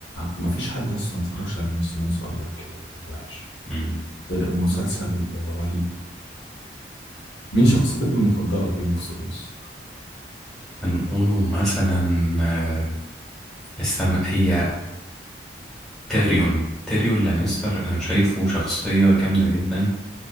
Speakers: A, on the left; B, in the centre.
A: مفيش حد لسه ما اتفرجش على جيم اوف ثرونز وقال لك وحش
B: مم.
A: مسلسل رهيب مين
B: مم.
A: شخصيتك المفضلة في جيم اوف ثرونز؟
B: هنقوله مثلا آه، استنى هي تيريون تيريون لانستر انا شايفه شخصية جامدة جدا